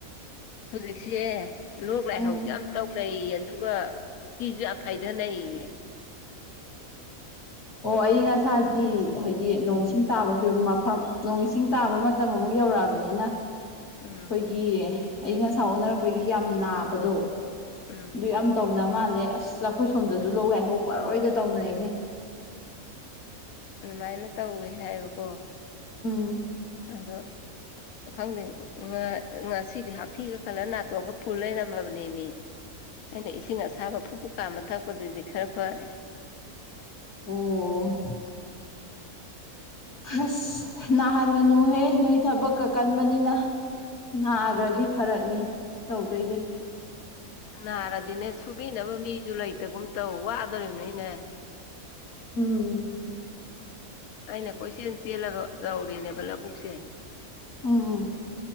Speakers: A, on the left; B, on the left.
A: ꯍꯧꯖꯤꯛꯁꯦ ꯂꯣꯛ ꯂꯥꯏꯍꯧꯁꯨ
B: ꯎꯝ
A: ꯌꯥꯝ ꯇꯧꯅꯩꯌꯦ ꯑꯗꯨꯒ ꯊꯤꯁꯨ ꯌꯥꯝ ꯐꯥꯏꯊꯩꯅꯩꯌꯦ
B: ꯑꯣ ꯑꯌꯪ ꯑꯁꯥꯒꯤ ꯍꯥꯏꯗꯤ ꯅꯣꯡ ꯁꯤꯡ ꯇꯥꯕꯤꯕ ꯃꯐꯝ ꯅꯣꯡ ꯏꯁꯤꯡ ꯇꯥꯕ ꯃꯇꯝ ꯑꯃꯨꯛ ꯌꯧꯔꯛꯑꯕꯅꯤꯅ
A: ꯎꯝ
B: ꯑꯩꯒꯤ ꯑꯌꯪ ꯑꯁꯥ ꯑꯣꯟꯅꯔꯛꯄꯒꯤ ꯌꯥꯝ ꯅꯥꯕꯗꯣ
A: ꯎꯝ
B: ꯑꯗꯨ ꯌꯥꯝ ꯇꯧꯅ ꯃꯥꯜꯂꯦ ꯑꯁ ꯑꯩꯈꯣꯏ ꯁꯣꯝꯗꯁꯨ ꯂꯣꯛ ꯂꯥꯏꯍꯧꯕ ꯄꯔꯣꯏꯗ ꯇꯧꯅꯩꯅꯦ
A: ꯑꯗꯨꯃꯥꯏꯅ ꯇꯧꯋꯦ ꯍꯥꯏꯌꯦꯕꯀꯣ
B: ꯎꯝ
A: ꯑꯗꯣ ꯈꯪꯗꯦ ꯉꯥ ꯉꯁꯤꯗꯤ ꯍꯥꯊꯤꯒ ꯈꯜꯂ ꯅꯥꯇꯣꯡꯒ ꯐꯨꯜ ꯂꯩꯔꯝꯃꯕꯅꯦ ꯃꯤ ꯑꯩꯅ ꯏꯁꯤꯡ ꯑꯁꯥꯕ ꯐꯨ ꯐꯨ ꯀꯥꯝꯃ ꯊꯛꯄꯗꯒꯤꯗꯤ ꯈꯔ ꯐꯔꯦ
B: ꯑꯣ ꯑꯁ ꯅꯍꯥꯟꯒꯅꯨꯍꯦ ꯅꯣꯏ ꯊꯕꯛꯀ ꯀꯟꯕꯅꯤꯅ ꯅꯥꯒ꯭ꯔꯗꯤ ꯐꯔꯛꯅꯤ ꯇꯧꯗꯣꯏꯁꯦ
A: ꯑꯁ ꯅꯥꯔꯗꯤꯅꯦ ꯁꯨꯕꯤꯅꯕ ꯃꯤꯁꯨ ꯂꯩꯇꯧꯒꯨꯝ ꯇꯧ ꯋꯥꯗꯣꯔꯤꯕꯅꯤꯅꯦ
B: ꯎꯝ
A: ꯑꯩꯅ ꯀꯣꯏꯆꯦꯜ ꯆꯦꯜꯂꯒ ꯇꯧꯔꯤꯅꯦꯕ ꯂꯧꯕꯨꯛꯁꯦ
B: ꯎꯝ